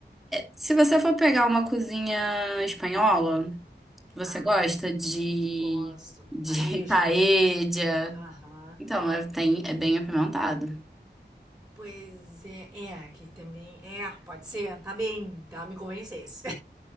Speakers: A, in the centre; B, on the right.
A: se você for pegar uma cozinha espanhola, você
B: Ai,
A: gosta de,
B: gosto.
A: de
B: Paeja.
A: <laughs> paella?
B: Aham.
A: Então, é, tem, é bem apimentado.
B: Pois é, é, que também. É, pode ser, tá bem, tá? Me convencesse.